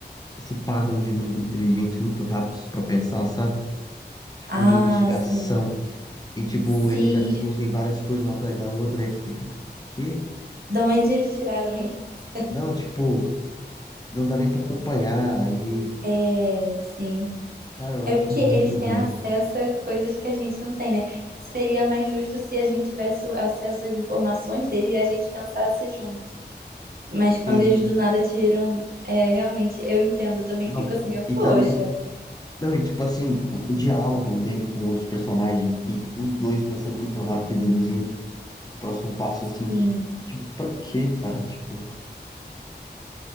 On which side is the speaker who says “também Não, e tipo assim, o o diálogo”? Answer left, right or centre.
Left